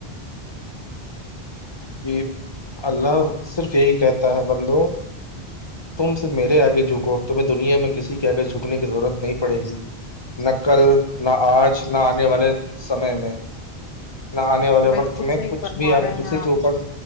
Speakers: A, on the left; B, on the left.
A: کہ اللہ صرف یہی کہتا ہے بندو تم سے میرے آگے جھکو تمہیں دنیا میں کسی کے آگے جھکنے کی ضرورت نہیں پڑے گی نہ کل نہ آج نہ آنے والے سمے میں نہ آنے والے
B: بالکل
A: وقت میں
B: صحیح
A: کچھ
B: فرما
A: بھی آپ
B: رہے
A: کو کسی
B: ہیں آپ
A: کے اوپر